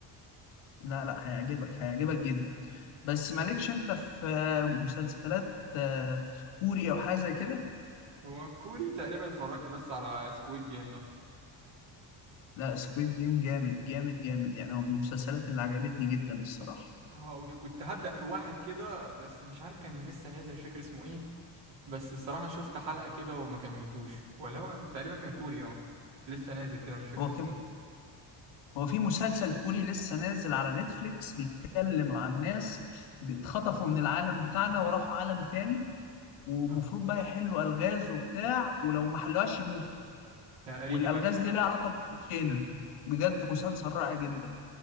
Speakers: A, on the left; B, on the right.
A: لا لا هيعجبك هيعجبك جدا بس مالكش انت في آه، مسلسلات آه، كوري او حاجه زي كده
B: هو كوري تقريبا اتفرجت بس على سكويد جيم ده
A: لا سكويد جيم جامد جامد جامد يعني هو من المسلسلات اللي عجبتني جدا الصراحه
B: اه وش كنت هبدأ في واحد كده بس مش عارف كان لسه نازل مش فاكر اسمه ايه بس الصراحة شفت حلقة كده وما كملتوش ولا هو تقريبا كان كوري اه لسه نازل كده مش فاكر
A: هو
B: اسمه
A: كان
B: ايه
A: هو في مسلسل كوري لسه نازل على نتفليكس بيتكلم عن ناس اتخطفوا من العالم بتاعنا وراحوا عالم تاني ومفروض
B: اه
A: بقى يحلوا الغاز وبتاع ولو ما حلوهاش يموتوا
B: تقريبا
A: والالغاز دي لها علاقه بالكوتشينه بجد مسلسل رائع جدا